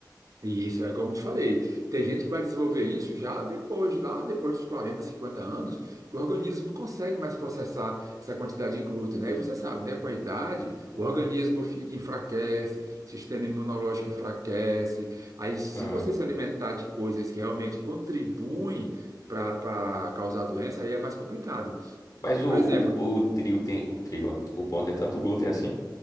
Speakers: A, on the right; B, on the left.
A: e isso é como eu te falei. Tem gente que vai desenvolver isso já depois, lá depois dos 40 50 anos, que o organismo não consegue mais processar essa quantidade de glúten, né? E você sabe, né? Com a idade, o organismo fi- enfraquece, o sistema imunológico enfraquece. Aí, se
B: Hum.
A: você se alimentar de coisas que realmente contribuem para causar doença, aí é mais complicado.
B: Mas o,
A: Por
B: o,
A: exemplo,
B: o trigo tem. O trigo, ó. O pão tem tanto glúten assim?